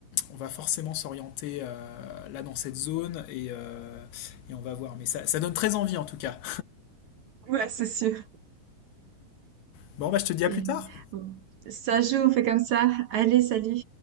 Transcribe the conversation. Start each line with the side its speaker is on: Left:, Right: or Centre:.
Left: on va forcément s'orienter euh, là dans cette zone et, euh, et on va voir. Mais ça, ça donne très envie en tout cas.
Right: Ouais, c'est sûr.
Left: Bon, bah, je te dis
Right: Ok.
Left: à plus tard.
Right: Bon. Ça joue, on fait comme ça. Allez, salut.